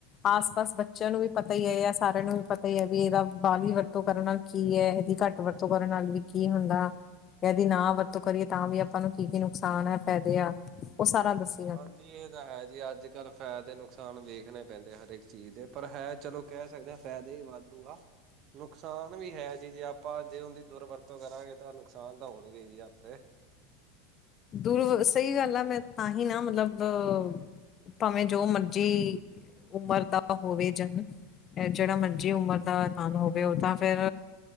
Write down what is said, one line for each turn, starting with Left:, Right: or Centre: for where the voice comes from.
Left: ਆਸ ਪਾਸ ਬੱਚਿਆਂ ਨੂੰ ਵੀ ਪਤਾ ਹੀ ਹੈ ਜਾਂ ਸਾਰਿਆਂ ਨੂੰ ਵੀ ਪਤਾ ਹੀ ਹੈ ਵੀ ਇਹਦਾ ਬਾਲ ਹੀ ਵਰਤੋਂ ਕਰਨ ਨਾਲ। ਕੀ ਹੈ ਇਹਦੀ ਘੱਟ ਵਰਤੋਂ ਕਰਨ ਨਾਲ ਵੀ ਕੀ ਹੁੰਦਾ। ਇਹਦੀ ਨਾ ਵਰਤੋਂ ਕਰੀਏ ਤਾਂ ਵੀ ਆਪਾਂ ਨੂੰ ਕੀ ਕੀ ਨੁਕਸਾਨ ਆ ਫਾਇਦੇ ਆ ਉਹ ਸਾਰਾ ਦੱਸ।
Right: ਹਾਂਜੀ ਇਹ ਤਾਂ ਹੈ ਜੀ ਅੱਜ ਕੱਲ੍ਹ। ਫਾਇਦੇ ਨੁਕਸਾਨ ਵੇਖਣੇ ਪੈਂਦੇ ਹਰੇਕ ਚੀਜ਼ ਦੇ ਪਰ ਹੈ ਚਲੋ ਕਹਿ ਸਕਦੇ ਹਾਂ ਫਾਇਦੇ ਹੀ ਵਾਧੂ ਆ। ਨੁਕਸਾਨ ਵੀ ਹੈ ਜੀ ਜੇ ਆਪਾਂ ਜੇ ਉਹ ਦੀ ਦੁਰਵਰਤੋਂ ਕਰਾਂਗੇ ਤਾਂ ਨੁਕਸਾਨ ਤਾਂ ਹੋਣਗੇ ਜੀ ਆਪੇ।
Left: ਦੁਰ ਸਹੀ ਗੱਲ ਆ ਮੈਂ ਤਾਂਹੀ ਨਾ ਮਤਲਬ? ਭਾਵੇਂ ਜੋ ਮਰਜ਼ੀ ਉਮਰ ਦਾ ਹੋਵੇ ਜਨ। ਇਹ ਜਿਹੜਾ ਮੰਰਜੀ ਉਮਰ ਦਾ ਸਾਨ ਹੋਵੇ ਉਹ ਤਾਂ ਫੇਿਰ।